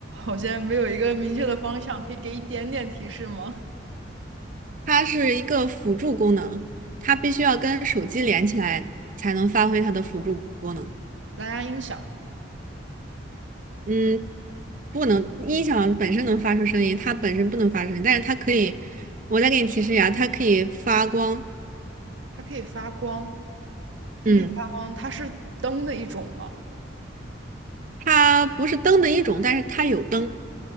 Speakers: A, on the right; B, on the right.
A: 我现在没有一个明确的方向，可以给一点点提示吗？
B: 它是一个辅助功能，它必须要跟手机连起来才能发挥它的辅助功能。
A: 蓝牙音响，
B: 嗯，不能，音响本身能发出声音，它本身不能发出声音，但是它可以，我再给你提示一下，它可以发光。
A: 它可以发光，它可以发光，
B: 嗯，
A: 它是灯的一种吗？
B: 它不是灯的一种，但是它有灯。